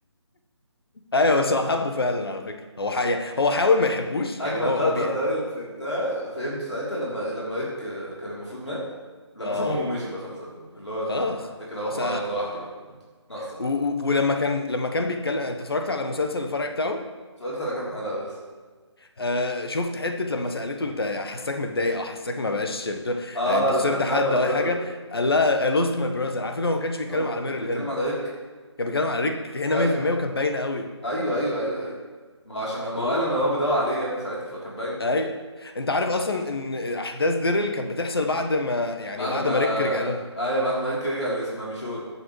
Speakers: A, on the left; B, on the left.
A: ايوه بس هو حبه فعلا على فكره هو ح... يعني هو حاول ما يحبوش
B: اجمد
A: يعني هو
B: لقطه
A: هو بيها
B: لده اللي فهمتها فهمته ساعتها لما لما ريك آه، كان المفروض مات لما
A: اه
B: سابهم ومشي بقى خلاص قال له- اللي هو طب
A: خلاص
B: انا هتكل اروح
A: بس
B: اعيط لوحدي بقى ناقصه بقى
A: و... و... ولما كان لما كان بيتكلم انت اتفرجت على المسلسل الفرعي بتاعه
B: اتفرجت على كام حلقه بس
A: آه شفت حتة لما سألته انت حساك متضايق او حساك ما بقاش بت...
B: اه
A: آه انت
B: لما
A: خسرت
B: قال
A: حد
B: لها ماي
A: او
B: براذر
A: اي حاجة قال لها I lost my brother على فكرة هو ما كانش بيتكلم
B: اما ك-
A: على ميرل
B: كان بيتكلم
A: هنا
B: على ريك
A: كان بيتكلم على ريك هنا
B: ايوه
A: 100% وكانت باينة قوي
B: ايوه ايوه ايوه ايوه ما عشان ما
A: و...
B: هو قال ان هو بيدور عليه يا ابني ساعتها فكان باين
A: اي انت عارف اصلا ان احداث ديرل كانت بتحصل بعد ما يعني
B: بعد
A: بعد
B: ما
A: ما ريك رجع لهم
B: ايوه بعد ما ريك رجع لاسماميشون